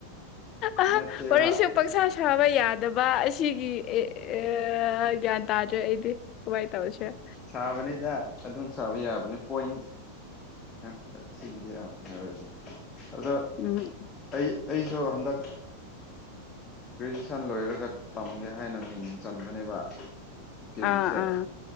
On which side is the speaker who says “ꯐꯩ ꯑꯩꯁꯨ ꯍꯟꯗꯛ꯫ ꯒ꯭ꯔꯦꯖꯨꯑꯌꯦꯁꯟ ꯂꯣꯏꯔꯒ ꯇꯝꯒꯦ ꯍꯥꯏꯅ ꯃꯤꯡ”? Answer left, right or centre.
Left